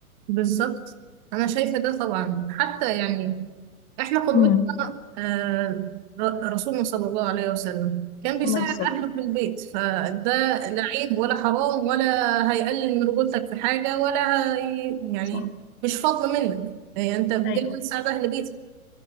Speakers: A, on the right; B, on the left.
A: بالظبط أنا شايفة ده طبعا حتى يعني احنا قدوتنا
B: امم
A: آه، ر- رسولنا صلى الله عليه وسلم كان بيساعد
B: الله يستر
A: اهله في البيت فده لا عيب ولا حرام ولا هيقلل من رجولتك في حاجه ولا هي يعني
B: صح
A: مش فضل منك يعني انت بجد
B: ايوه
A: بتساعد اهل بيتك